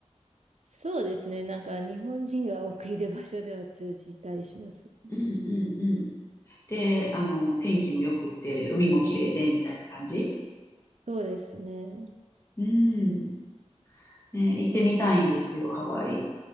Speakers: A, on the right; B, on the left.
A: そうですね。なんか日本人が多くいる場所では通じたりします。
B: うんうんうん。で、あの、もう天気も良くって、海も綺麗で、みたいな感じ
A: そうですね。
B: うん。ね、行ってみたいんですよ、ハワイ。